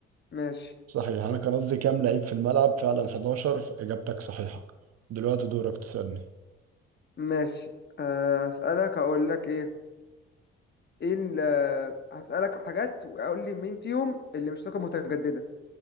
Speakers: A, on the left; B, on the right.
A: ماشي
B: صحيح انا كان قصدي كام لعيب في الملعب فعلا 11 اجابتك صحيحه دلوقتي دورك تسالني
A: ماشي آه، هسألك هقول لك ايه ايه ال- آه، هسألك حاجات وأقول لي مين فيهم اللي مش طاقة متجددة